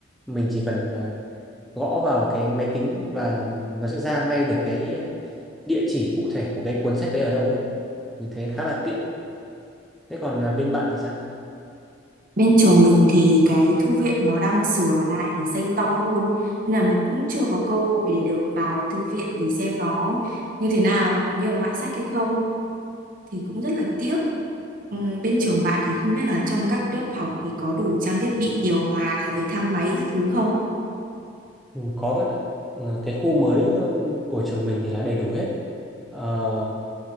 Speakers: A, in the centre; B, on the right.
A: mình chỉ cần ờ, gõ vào cái máy tính và nó sẽ ra ngay được cái địa chỉ cụ thể của cái cuốn sách đấy ở đâu ấy mình thấy khá là tiện thế còn à, bên bạn thì sao
B: Bên trường mình thì cái thư viện nó đang sửa lại để xây to hơn nên là mình cũng chưa có cơ hội để được vào thư viện để xem nó như thế nào, nó có nhiều loại sách hay không thì cũng rất là tiếc. Ừm, bên trường bạn thì không biết là trong các lớp học thì có đủ trang thiết bị điều hòa rồi thang máy các thứ không?
A: ừ, có bạn ạ Ừ, cái khu mới ừ, của trường mình thì là đầy đủ hết Ờ,